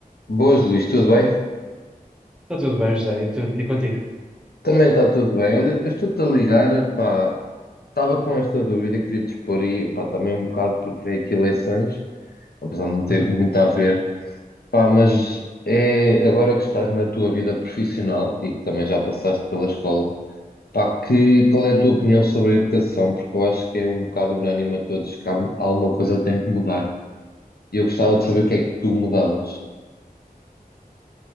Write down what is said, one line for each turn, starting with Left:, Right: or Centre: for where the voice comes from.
Left: Boas, Luís, tudo bem?
Centre: Está tudo bem, José, e, tu, e contigo?
Left: Também está tudo bem. Olha, eu estou-te a ligar, pá, estava com esta dúvida, queria te expor aí, pá, também um bocado porque veio aqui eleições, apesar de não ter
Centre: Uhum.
Left: muito a ver, pá, mas é agora que estás na tua vida profissional e que também já passaste pela escola, pá, que, qual é a tua opinião sobre a educação? Porque eu acho que é um bocado unânime a todos que há, há uma coisa que tem que mudar. E eu gostava de saber o que é que tu mudavas.